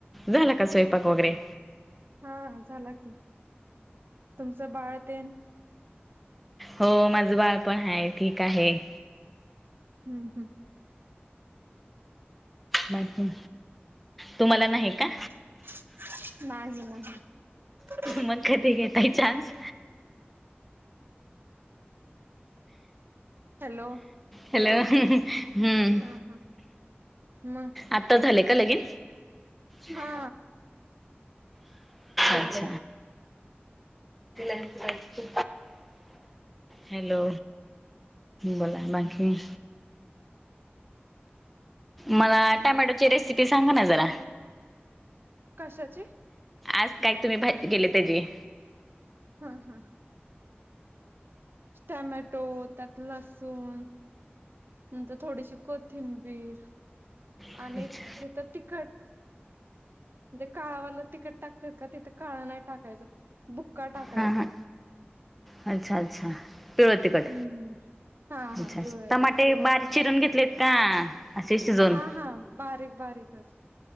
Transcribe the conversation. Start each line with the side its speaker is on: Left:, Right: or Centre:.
Centre: झाला का स्वयंपाक वगैरे,?
Right: हा झाला की. तुमचं बाळ तेन?
Centre: हो. माझं बाळ पण आहे. ठीक आहे.
Right: हम्म हम्म,
Centre: बाकी? तुम्हाला
Right: <unintelligible>
Centre: नाही का
Right: <unintelligible>
Centre: मग कधी घेताय चान्स
Right: हॅलो,
Centre: हॅलो. हम्म.
Right: हा हा मग
Centre: आता झाले का लगिन? हो.
Right: हा
Centre: अच्छ अच्छा, हॅलो, बोला बाकी? मला टमॅटोची रेसिपी सांगा ना जरा?
Right: कशाची?
Centre: आज काय तुम्ही भाजी केले त्याचीे?
Right: हम हम. टोमॅटो त्यात लसूण, नंतर थोडीशी कोथिंबीर,
Centre: अच्छा.
Right: आणि तीथ तिखट म्हणजे काळवालं तिखट टाकतात का. तिथे काळ नाही टाकायचा. बुक्का टाकायचा.
Centre: हां हां अच्छा अच्छा पिवळ तिखट.
Right: हम्म हा हा
Centre: अच्छा
Right: पिवळ्या
Centre: टमाटे
Right: तिखट
Centre: बारीक चिरून घेतलेत का असे शिजवून
Right: हा हा बारीक बारीकच.